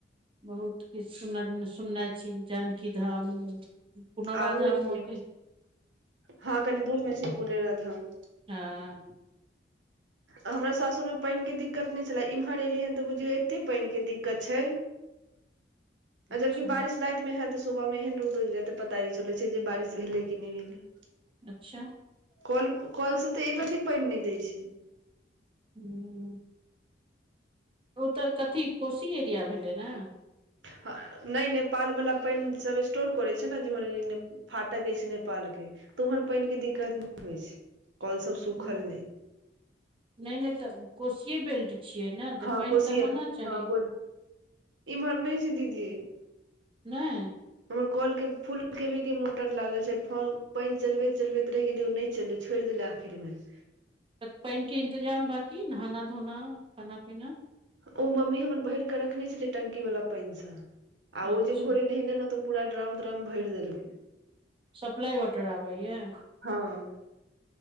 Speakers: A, on the right; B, on the right.
A: बहुत किछु सुन सुनने छी जानकी धाम, पुनौरा
B: आबू
A: धाम
B: एक बेर
A: ओतय
B: हँ कनि दूर में छै पुनौराधाम।
A: हँ
B: आ हमरा सासुरमे पानि के दिक्कत नहि छले इम्हर एलियै हैं त बुझियौ एते पानि के दिक्कत छै। आ जबकि
A: अच्छा
B: बारिश राति मे हैत तऽ सुबह मे एहन रोउद उग जैत जे पता ए नै चलै छै जे बारिश भेलै कि नहि भेलै।
A: अच्छा
B: कल कल स तऽ एक रती पानि नहि दै छै।
A: हूं ओ त कथी कोशी एरिया भेलै ने।
B: ह नहि नेपाल वला पानि सब स्टोर करै छै ने जेम्हर फाटक अछि नेपाल के त उम्हर पानि के दिक्कत नहि होइ छै। कल सब सुखल
A: हँ
B: नहि।
A: नहि नहि त कोसिये बेल्ट छियै ने त
B: हँ
A: पानि
B: कोशिया
A: त होना चाही।
B: हँ को इम्हर नहि छै दीदी
A: नहि
B: हमर कल के फूल के भी के मोटर लागल छै फ पानि चलबैत चलबैत रहि गेलियै ओ नहि चललै छोड़ि देलै। फिदमे <unintelligible>
A: त पानि के इन्तजाम बाकी नहाना धोना खाना पीना
B: ओ मम्मी हमर भर कऽ रखने छलै टंकी वाला पानिसँ। आ ओ
A: अच्छा
B: जे भोरे नहेनेे न तऽ पूरा ड्रम त्रम भरि देलकै।
A: सप्लाइ वाटर आबै य।
B: हँ